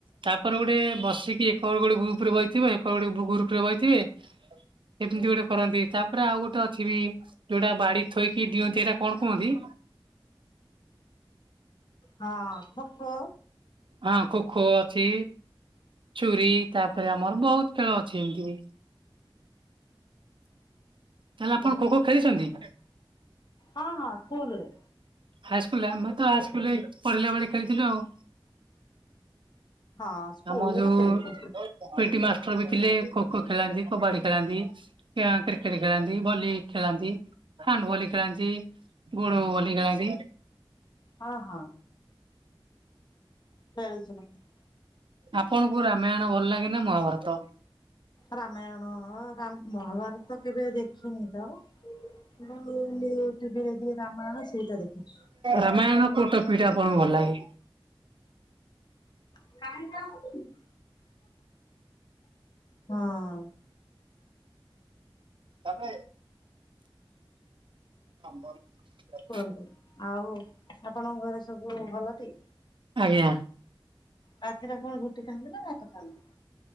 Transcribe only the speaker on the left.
ହଁ ଖୋଖୋ।
ହଁ
ହଁ ହଁ ସ୍କୁଲରେ।
ହଁ ସ୍କୁଲରେ
ଖେଳିଛୁ
ହଁ ହଁ। <unintelligible>
ରାମାୟଣ ରାମ ମହାଭାରତ କେବେ ଦେଖିନି ତ। ଯଉ ନିୟୁ ଟିଭି ରେ ଦିଏ ରାମାୟଣ ସେଇଟା ଦେଖିଛୁ।
<unintelligible> ହଁ ଅଁ।
କୁହନ୍ତୁ ଆଉ ଆପଣଙ୍କ ଘରେ ସବୁ ଭଲଟି।
ରାତିରେ କଣ ରୁଟି ଖାଆନ୍ତି ନା ଭାତ ଖାଆନ୍ତି।